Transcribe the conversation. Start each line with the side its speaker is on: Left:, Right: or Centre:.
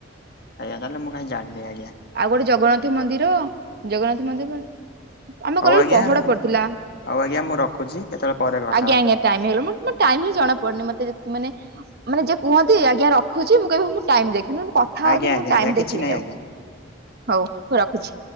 Left: ଆଜ୍ଞା ତାହେଲେ ମୁଁ କାଇଁ ଜାଣିନି ଆଜ୍ଞା।
Right: ଆଉ ଗୋଟେ ଜଗନ୍ନାଥ ମନ୍ଦିର ଜଗନ୍ନାଥ ମନ୍ଦିର ଆମେ
Left: ହଉ
Right: ଗଲାବେଳୁ
Left: ଆଜ୍ଞା
Right: ପହଡ ପଡିଥିଲା।
Left: ହଉ ଆଜ୍ଞା ମୁଁ ରଖୁଚି କେତେବେଳେ ପରେ କଥା
Right: ଆଜ୍ଞା
Left: ହବା
Right: ଆଜ୍ଞା
Left: ଫାଙ୍କା
Right: ଟାଇମ ହେଇଗଲା ମୋ ଟାଇମ ହିଁ ଜଣା ପଡୁନି ମତେ ଯେ ମାନେ ମାନେ ଯିଏ କୁହନ୍ତି ଆଜ୍ଞା ରଖୁଚି ମୁଁ କହିବି ହଁ ମୁଁ ଟାଇମ ଦେଖିନି ମୁଁ କାଟ୍ କଥା
Left: ଆଜ୍ଞା
Right: ହଉଥିବି
Left: ଆଜ୍ଞା
Right: ମୁଁ ଟାଇମ
Left: ଆଜ୍ଞା
Right: ଦେଖିବିନି
Left: କିଛି ନାହିଁ ଆଜ୍ଞା।
Right: ଆଉ ହଉ ମୁଁ ରଖୁଛି।